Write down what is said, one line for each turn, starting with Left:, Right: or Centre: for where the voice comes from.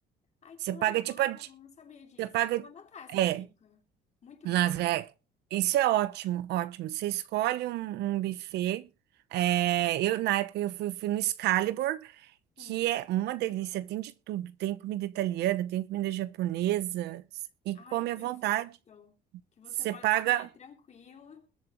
Left: Ai,
Right: Você
Left: que legal,
Right: paga tipo a, você
Left: eu não sabia disso.
Right: paga.
Left: Vou anotar essa
Right: É,
Left: dica. Muito
Right: Las
Left: bom.
Right: Vegas. Isso é ótimo, ótimo. Você escolhe um, um buffet. É, eu, na época, eu fui, fui no Excalibur, que
Left: Hum.
Right: é uma delícia, tem de tudo. Tem comida italiana, tem comida japonesa, e
Left: Ai,
Right: come
Left: perfeito.
Right: à vontade.
Left: Que você
Right: Você
Left: pode
Right: paga.
Left: escolher tranquilo.